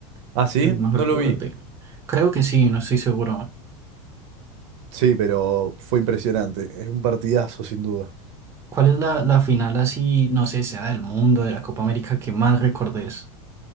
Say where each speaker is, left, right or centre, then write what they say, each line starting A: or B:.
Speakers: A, on the right; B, on the right.
A: Ah, sí,
B: Del mejor
A: no lo
B: jugador
A: vi.
B: de... Creo que sí, no estoy seguro.
A: Sí, pero fue impresionante. Es un partidazo, sin duda.
B: ¿Cuál es la, la final así, no sé, sea del mundo, de la Copa América que más recordes?